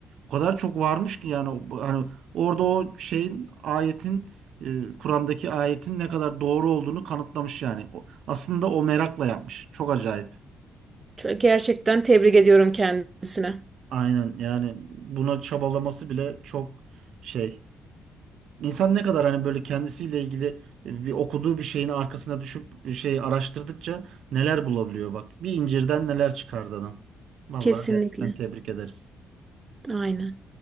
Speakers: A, on the right (about 70°); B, on the right (about 30°).
A: O kadar çok varmış ki yani o- hani orada o şeyin ayetin e, Kur'an'daki ayetin ne kadar doğru olduğunu kanıtlamış yani. O- aslında o merakla yapmış. Çok acayip.
B: Çok- Gerçekten tebrik ediyorum kendisine.
A: Aynen yani buna çabalaması bile çok şey. İnsan ne kadar hani böyle kendisiyle ilgili e, bir okuduğu bir şeyin arkasına düşüp bir şey araştırdıkça neler bulabiliyor bak. Bir incirden neler çıkardı adam. Vallahi
B: Kesinlikle.
A: gerçekten tebrik ederiz.
B: Aynen.